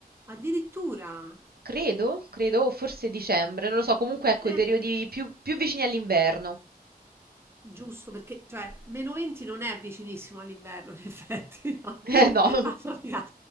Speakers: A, on the right; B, on the right.
A: addirittura.
B: Credo, credo, o forse dicembre, non lo so, comunque ecco
A: Eh,
B: i periodi più, più vicini all'inverno.
A: Giusto, perché cioè meno 20 non è vicinissimo all'inverno, in effetti, no? <laughs>
B: Eh no. <laughs>
A: Mamma mia.